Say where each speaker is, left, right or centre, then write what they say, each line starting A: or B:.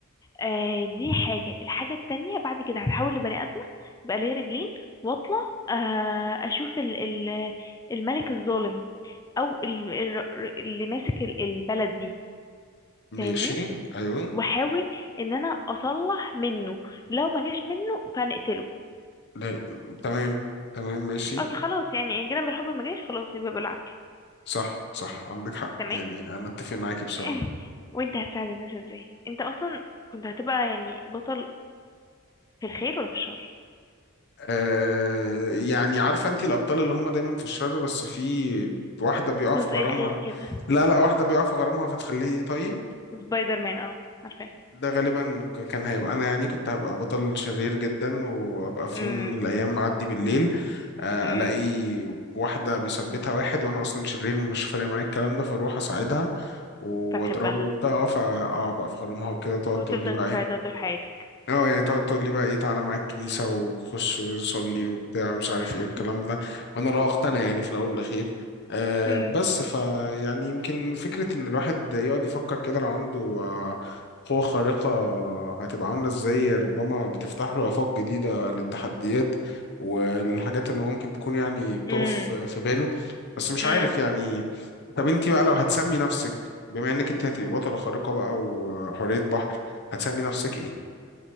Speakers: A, on the left (about 15°); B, on the left (about 50°).
A: آه دي حاجه الحاجه التانية بعد كده هتحول لبني ادمه يبقى ليا رجلين واطلع آه اشوف ال ال الملك الظالم او ال ال اللي ماسك ال- البلد دي فاهمني
B: ماشي ايوه
A: واحاول ان انا اصلح منه لو ما جاش منه فنقتله
B: لا تمام تمام ماشي
A: اصل خلاص يعني ان جينا بالحب ما جاش خلاص يبقى بالعافيه
B: صح صح عندك حق
A: تمام
B: يعني انا اتفق معاكي بصراحه
A: <laughs> وانت هتساعد الناس ازاي انت اصلا كنت هتبقى يعني بطل في الخير ولا في الشر
B: آه يعني عارفه انت الابطال اللي هم دايما في الشر بس في واحده بيقع
A: جزء
B: في غرامها
A: خير كده
B: لا لا واحده بيقع في غرامها فتخليه طيب
A: <laughs> سبايدر مان اه عارفاه
B: ده غالبا ك- كان هيبقى انا يعني كنت هبقى بطل شرير جدا وابقى في
A: امم
B: يوم من الايام معدي بالليل آه،
A: امم
B: الاقي واحده بيثبتها واحد وانا اصلا شرير مش فارق معايا الكلام ده فاروح اساعدها واضربه
A: فتحبها
B: وبتاع اه فا اه بقى في غرامها وكده تقعد
A: وتفضل
B: تقول لي بقى
A: تساعدها
B: ايه
A: طول حياتك
B: اه يعني تقعد تقول لي بقى ايه تعالى معاك الكنيسة وخش وصلي وبتاع مش
A: <laughs>
B: عارف ايه الكلام ده وانا لو اقتنع يعني في الاول والاخير آه
A: امم
B: بس فيعني يمكن فكرة ان الواحد يقعد يفكر كده لو عنده آه، قوة خارقة هتبقى عاملة ازاي ربما بتفتح له آفاق جديدة للتحديات والحاجات اللي ممكن تكون يعني بتقف
A: امم
B: في باله بس مش
A: امم
B: عارف يعني طب انت بقى لو هتسمي نفسك بما انك انت هتبقي بطلة خارقة بقى وحورية بحر هتسمي نفسك ايه؟